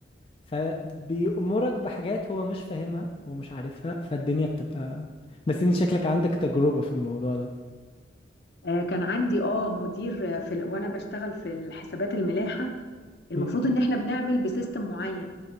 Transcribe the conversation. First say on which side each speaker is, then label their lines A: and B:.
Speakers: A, on the left; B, on the left.
A: فبيأمرك بحاجات هو مش فاهمها ومش عارفها فالدنيا بتبقى بس انت شكلك عندك تجربة في الموضوع ده
B: آه، كان عندي اه مدير آه، في ال- وانا بشتغل في الحسابات الملاحه المفروض
A: مم.
B: ان احنا بنعمل بسيستم معين